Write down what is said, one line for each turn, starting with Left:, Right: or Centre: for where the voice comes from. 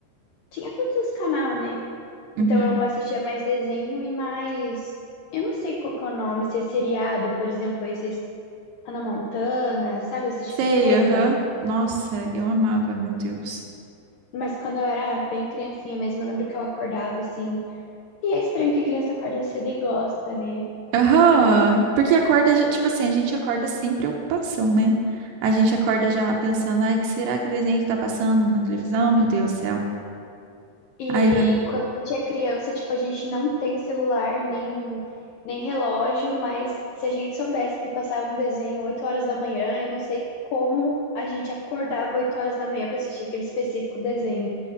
Left: Tinha todos os canais, né?
Right: uhum.
Left: Então eu assistia mais desenho e mais... Eu não sei qual que é o nome, se é seriado, por exemplo, esses Hannah Montana, sabe? Esse tipo
Right: Sei,
Left: de coisa.
Right: aham. Nossa, eu amava, meu Deus.
Left: Mas quando eu era bem criancinha mesmo, eu lembro que eu acordava, assim... E é estranho que criança acorda cedo e gosta, né?
Right: Aham, porque acorda, já, tipo assim, a gente acorda sem preocupação, né? A gente acorda já pensando, ai, que será que desenho que tá passando na televisão, meu Deus do céu.
Left: E
Right: Aí vai.
Left: quando a gente é criança, tipo, a gente não tem celular nem, nem relógio, mas se a gente soubesse que passava um desenho 8 horas da manhã, eu não sei como a gente acordava 8 horas da manhã para assistir aquele específico desenho.